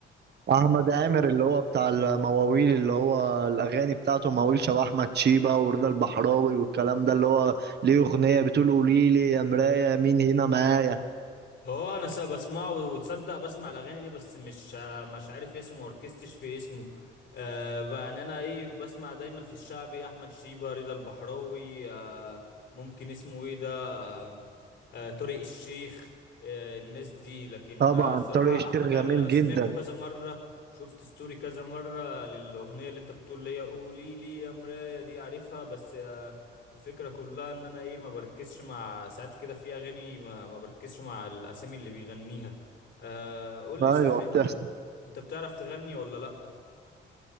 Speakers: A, on the right (about 55°); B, on the left (about 65°).
A: أحمد عامر اللي هو بتاع المواويل اللي هو الأغاني بتاعته مواويل شبه أحمد شيبة ورضا البحراوي والكلام ده اللي هو ليه أغنية بتقول قولي لي يا مراية مين هنا معايا
B: اه انا سا بسمعه وتصدق بسمع الاغاني دي بس مش مش عارف اسمه وركزتش في اسمه آه ب- يعني انا ايه بسمع دايما في الشعبي احمد شيبة رضا البحراوي آه ممكن اسمه ايه ده آه آه طارق الشيخ آه الناس دي لكن
A: طبعا
B: آه، الصراحة
A: طارق الشيخ
B: احمد
A: جميل
B: عامر انا سمعته
A: جدا
B: كذا مرة شفت ستوري كذا مرة للاغنية اللي انت بتقول لي قولي لي يا مراية دي عارفها بس آه، الفكرة كلها ان انا ايه ما بركزش مع ساعات كده في اغاني ما, ما بركزش مع الاسامي اللي بيغنيها آه قول لي
A: ايوه
B: صح انت,
A: بتحصل
B: انت بتعرف تغني ولا لا